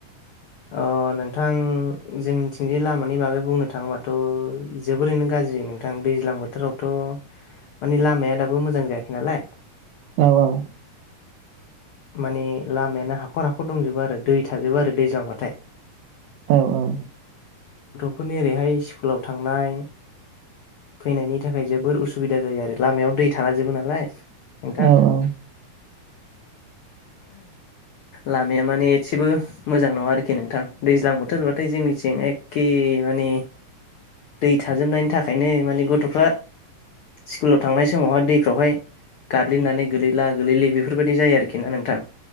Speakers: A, on the left; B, on the right.
A: अ नोंथां जोंनिथििंजाय लामानि बागै बुंनो थाङोबाथ' जोबोरैनो गाज्रि नोंथां दैज्लां बोथोरावथ' माने लामाया दाबो मोजां जायाखै नालाय
B: औ औ
A: माने लामायानो हाखर हाखर दंजोबो आरो दै थाजोबो आरो दैज्लांबाथाय
B: औ औ
A: फोरनि ओरैहाय स्कुलाव थांनाय फैनायनि थाखाय जोबोर उसुबिदा जायो आरो लामायाव दै थाला जोबो नालाय नोंथां
B: औ औ
A: लामाया माने एसेबो मोजां नङा आरोखि नोंथां दैज्लां बोथोरबाथाय जोंनिथिं एखे माने दै थाजोबनायनि थाखायनो माने गथ'फ्रा स्कुलाव थांनाय समावहाय दैफ्रावहाय गादल्देननानै गोलैला गोलैलि बेफोरबायदि जायो आरोख खिना नोंथां